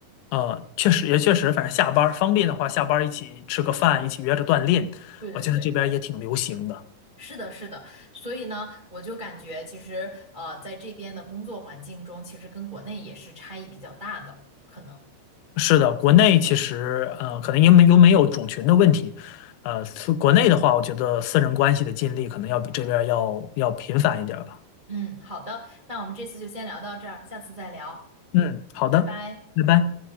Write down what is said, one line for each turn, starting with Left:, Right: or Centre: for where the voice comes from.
Left: 呃，确实也确实，反正下班儿方便的话，下班儿一起吃个饭，一起约着锻炼，
Right: 对对对。
Left: 我觉得这边儿也挺流行的。
Right: 是的，是的，所以呢，我就感觉其实呃，在这边的工作环境中，其实跟国内也是差异比较大的，可能。
Left: 是的，国内其实呃，可能因为又没有种群的问题，呃，是国内的话，我觉得私人关系的建立可能要比这边儿要要频繁一点儿吧。
Right: 嗯，好的，那我们这次就先聊到这儿，下次再聊，
Left: 嗯，好的，
Right: 拜拜。
Left: 拜拜。